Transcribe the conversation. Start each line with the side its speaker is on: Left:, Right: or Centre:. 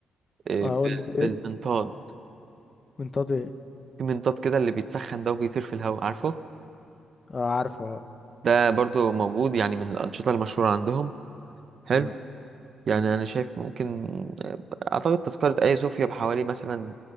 Right: آه،
Left: اقول
Right: بال-
Left: لي بايه
Right: بالمنطاد
Left: من طاطي
Right: في منطاد كده اللي بيتسخن ده وبيطير في الهواء عارفه
Left: اه عارفه اه
Right: ده برضو موجود يعني من الأنشطة المشهورة عندهم حلو
Left: مم.
Right: يعني أنا شايف ممكن آه، أعتقد تذكرة أي صوفيا بحوالي مثلا